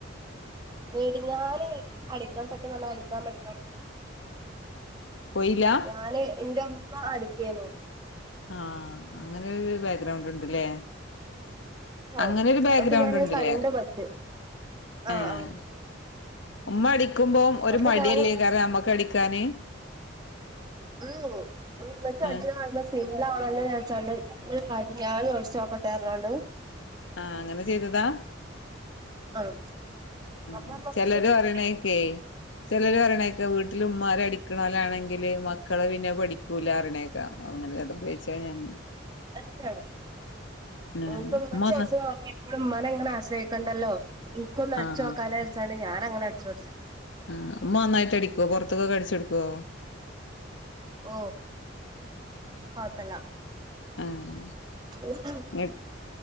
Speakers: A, on the right (about 20°); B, on the left (about 70°).
A: എടി ഞാന് അടിക്കാൻ സത്യം പർഞ്ഞാ അടിക്കാം പഠിക്കാം പോ
B: പോയില്ലാ.
A: ഞാന് ഇന്റെമ്മ അടിക്കേന്നു.
B: ആഹ്, അങ്ങനെരു ബേഗ്രൗണ്ട്ണ്ട്ല്ലേ.
A: ആഹ്
B: അങ്ങനെരു ബേഗ്രൗണ്ട്ണ്ട്ല്ലേറ്യ
A: അപ്പൊ ഞാന് കണ്ട് പഠിച്ച് ആഹ്
B: ഏഹ്.
A: ആഹ്
B: ഉമ്മ അടിക്കുമ്പോം ഒരു
A: അപ്പൊ
B: മടിയല്ലേകാരം
A: ഞാന്
B: അമ്മക്ക് അടിക്കാന്.
A: ഉം മ്മച്ചി
B: ഏഹ്
A: അടിച്ച്ണ കാണുമ്പൊ സിംബ്ലാണല്ലോജാർച്ചാണ്ട് പടി ഞാനു അടിച്ചോക്കട്ടെർഞ്ഞാണ്ട്
B: ആഹ്, അങ്ങനെ ചെയ്തതാ.
A: ആഹ്
B: ആഹ്,
A: അപ്പൊ നമ്മക്ക്
B: ചെലര്
A: ഒരു
B: പറീണേക്കേയ്
A: പൂതി
B: ചെലര് പറിണേക്കാ വീട്ടില് ഉമ്മാര് അടിക്കണോലാണെങ്കില് മക്കള് പിന്നെ അഹ് പഠി ക്കൂലാറിണേക്കാ അങ്ങനെ അതോണ്ട് ചോയിച്ചാ ഞാന്.
A: <unintelligible> <unintelligible>
B: ആഹ്
A: വടെ
B: ഉമ്മ നന്നാ
A: മ്മാനെങ്ങനെ ആശ്രയിക്കണ്ടല്ലോ ഇൻകൊന്ന് അട്ച്ചോ.
B: ആഹ്
A: ക്കാലോ ര്ച്ചാണ്ട് ഞാനങ്ങനെ അട് ച്ച് പഠിച്ചാ
B: ആഹ്, ഉമ്മ നന്നായിട്ട് അടിക്കോ പൊറത്തുക്കൊക്കെ അടിച്ചൊട്ക്കോ?
A: ഓഹ്, കൊഴപ്പല്ലാ
B: ഏഹ്.
A: <unintelligible>
B: ങ്ങ